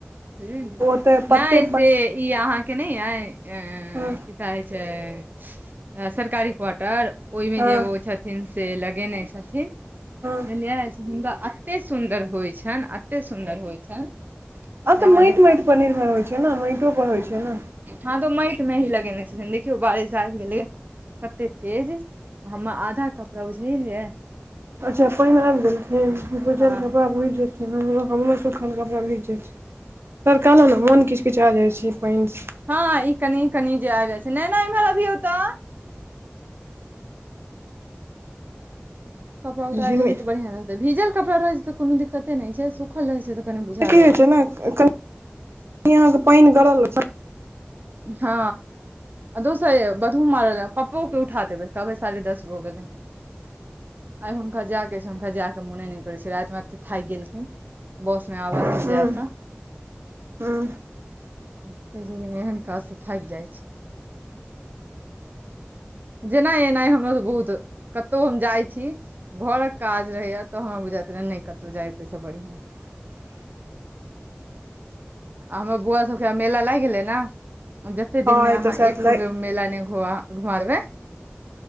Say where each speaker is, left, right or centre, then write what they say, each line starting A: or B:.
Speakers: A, on the right; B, on the right.
A: हूँ
B: ओ तऽ
A: नहि
B: पत्ते
A: से ई अहाँ केनि आय कि
B: हँ
A: कहय छय सरकारी क्वार्टर ओहि मे
B: हँ
A: जे औ छथिन से लगेने छथिन
B: हँ
A: बुझलियै हुनका एते सुन्दर होई छनि एते सुन्दर होई छनि।
B: आब
A: जे
B: त
A: अहाँ
B: माटि
A: देख
B: माटि पर निर्भर होइत छै ने माटो पर होइत छै ने।
A: ह तऽ माट मे ही लगेने छथिन देखियौ बारिश आबि गेलै। कतेकऽ तेज हमरा आधा कपड़ा बुईझ गेलियैय
B: अच्छा पानि आबि गेलखिन भिजल
A: हँ
B: कपड़ा भिज जेते। हमरो हमरो सुखल कपड़ा भीज जाय छैय तरकारो ने मोन किछ किछाय जाय छैय पयनसँ
A: ह ई कनि कनि जे आबि जाइ छै नय नयइम्हर अबियो तऽ कपड़ा उतारि
B: झिमे
A: देबै तऽ बढ़िया रहै भिजल कड़ा रहै छै तऽ कोनो दिक्कते नहि छै सुखल रहै छै त कनि। बुझा
B: कि होइ
A: जाइ
B: छै ने कनि अहाँकेँ पानि गड़ल।
A: ह आ दोसर बधू मारल पप्पो के उठा देबै कहभै साढ़े दस भऽ गेलै। आइ हुनका जायके छै हुनका जायके मने नहि करैत छै रातिमे एत थाकि गेलखिन। बॉस मे आवाज
B: हूँ
A: से जेसा।
B: हूँ
A: काज से फाकि जाई छै। जेना एनाइ हमर तऽ बहुत कतहु हम जाई छी। घरक काज रहैए तऽ हमरा बुझा रहै नहि कतहु जायतैसँ बढ़िआ। आ हमर बौआ सभके मेला लागि गेलै ने जते
B: हँ
A: दिनमे
B: ई
A: अहाँ
B: तऽ शायद
A: एक।
B: लाइ
A: मेला नहिु घुमा देबे